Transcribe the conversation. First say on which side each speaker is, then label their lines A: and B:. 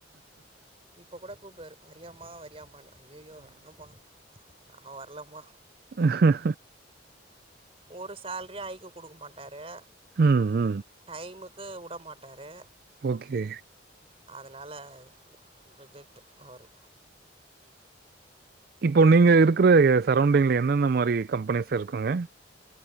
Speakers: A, on the right; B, on the right.
A: இப்ப கூட கூப்டுவாரு வரியாமா வரியாமா ஐயய்யோ வேணாம்பா நா வர்லம்மா
B: ம்ஹ்ம்.
A: ஒரு சேல்ரியு ஐக்கு குடுக் மாட்டாரு
B: ம் ம்
A: டைமுக்கு வுட மாட்டாரு
B: ஓகே
A: அதனால ரிஜெக்ட்டு அவரு
B: இப்போ நீங்க இருக்குற எ சரௌண்டிங்ல என்னென்ன மாரி கம்பெனிஸ் இருக்குங்க